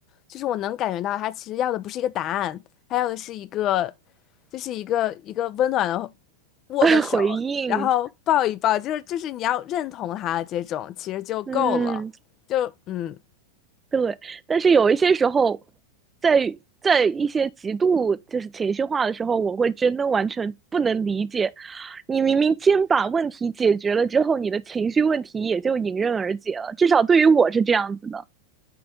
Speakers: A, on the left; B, on the right.
A: 就是我能感觉到他其实要的不是一个答案，他要的是一个就是一个一个温暖的握个手，
B: <laughs> 回应
A: 然后抱一抱，就是就是你要认同他这种，其实就够了。
B: 嗯。
A: 就嗯
B: 对，但是有一些时候，在在一些极度就是情绪化的时候，我会真的完全不能理解，你明明先把问题解决了之后，你的情绪问题也就迎刃而解了。至少对于我是这样子的。